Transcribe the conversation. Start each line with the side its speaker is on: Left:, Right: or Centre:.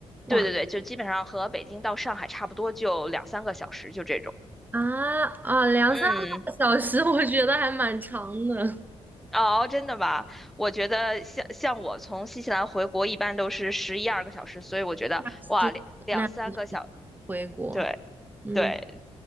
Right: 哇
Centre: 对对对，就基本上和北京到上海差不多，就两三个小时，就这种。
Right: 啊啊，两三个小时，
Centre: 嗯，
Right: <laughs> 我觉得还蛮长的。
Centre: 哦，真的吗？我觉得像像我从新西兰回国一般都是十一二个小时，所以我觉得哇，
Right: 是，
Centre: 两两三个小，
Right: 那回国，
Centre: 对
Right: 嗯
Centre: 对。